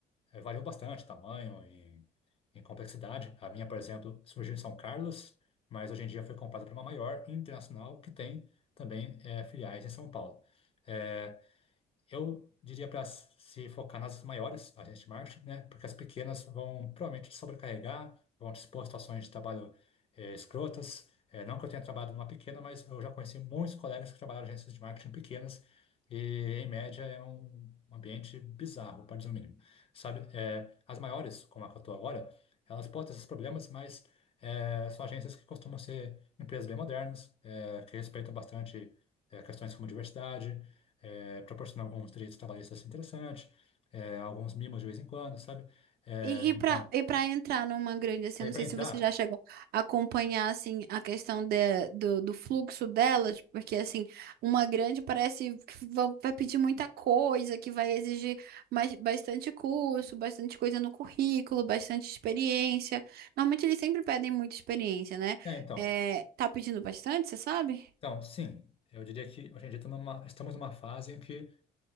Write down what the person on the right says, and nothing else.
E, e
para e para entrar numa grande, assim,
não
sei
se você já chegou a acompanhar, assim, a questão de, do, do fluxo delas, porque, assim, uma grande parece que vão- vai pedir muita coisa, que vai exigir mais, bastante curso, bastante coisa no currículo, bastante experiência. Normalmente eles sempre pedem muita experiência, né?
É, tá pedindo bastante, você sabe?